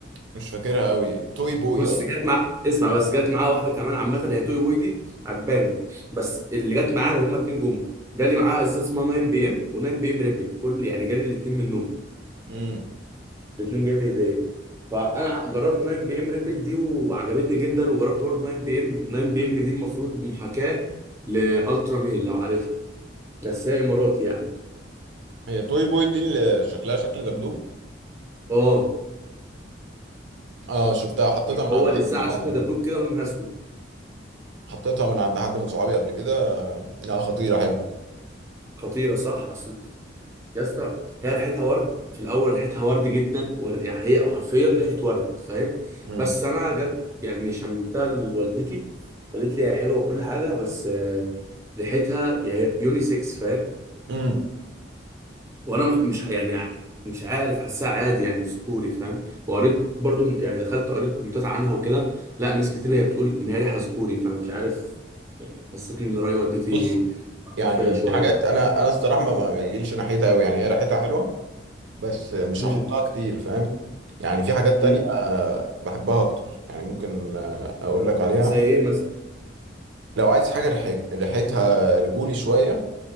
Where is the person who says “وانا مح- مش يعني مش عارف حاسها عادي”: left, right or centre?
Right